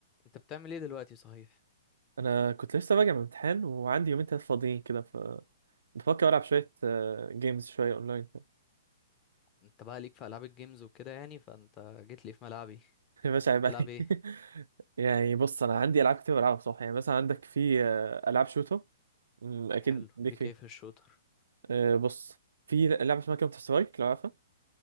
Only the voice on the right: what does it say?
انا كنت لسه راجع من امتحان وعندي يومين تلاتة فاضيين كده ف بفكر العب شويه جيمز شويه اونلاين كده
<laughs> يا باشا عيب
عليك
<laughs> يعني بص انا عندي العاب كتير بلعبها بصراحه يعني مثلا عندك في آه، العاب شوتر أمم، اكيد
ليك
فيها
آه، بص في لعبه اسمها كاونتر سترايك لو عارفها